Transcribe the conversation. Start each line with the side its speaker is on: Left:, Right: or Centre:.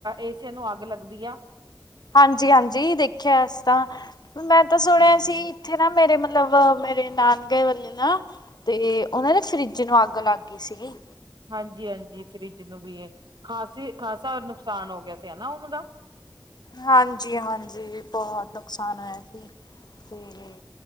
Right: ਏਸੀਆਂ ਨੂੰ ਅੱਗ ਲੱਗਦੀ ਆ।
Left: ਹਾਂਜੀ ਹਾਂਜੀ ਦੇਖਿਆ ਅਸੀਂ ਤਾਂ ਮੈਂ ਤਾਂ ਸੁਣਿਆ
Right: ਹਾਂਜੀ
Left: ਸੀ। ਉੱਥੇ ਨਾ ਮੇਰੇ ਮਤਲਬ ਮੇਰੇ ਨਾਨਕੇ ਵੱਲ ਨਾ। ਤੇ ਉਹਨਾਂ ਦੇ ਫਰਿੱਜ ਨੂੰ ਅੱਗ ਲਾਗੀ ਸੀਗੀ।
Right: ਹਾਂਜੀ ਹਾਂਜੀ ਫਰਿਜ ਨੂੰ ਵੀ ਖਾਸੀ ਖਾਸਾ ਨੁਕਸਾਨ ਹੋ ਗਿਆ ਸੀ ਨਾ ਉਹਨਾਂ ਦਾ
Left: ਹਾਂਜੀ ਹਾਂਜੀ ਬਹੁਤ
Right: ਹਾਂਜੀ,
Left: ਨੁਕਸਾਨ ਹੋਇਆ ਸੀ ਤੇ